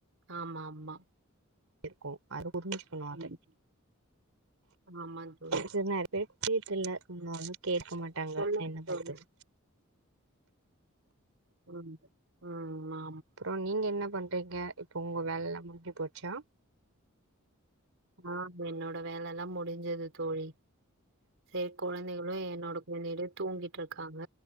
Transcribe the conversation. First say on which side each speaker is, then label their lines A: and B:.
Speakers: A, on the right; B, on the right.
A: ஆமா ஆமா
B: இருக்கும் அரு புரிஞ்சுக்கணு அத
A: ம். ஆமா தோழி.
B: செரி செரி வீட்டுல <unintelligible> கேக்க மாட்டாங்க
A: சொல்லுங்க
B: என்ன
A: தோழி.
B: பண்றது
A: உம் உம் ஆ
B: அப்பறோம் நீங்க என்ன பண் பண்றிங்க இப்ப உங்க வேலல முடிஞ்சி போச்சா
A: ஆ என்னோட வேல எல்லா முடிஞ்சது தோழி செரி கெழந்தைகளு என்னோட கெழந்தைகளு தூங்கிட்டு இருக்காங்க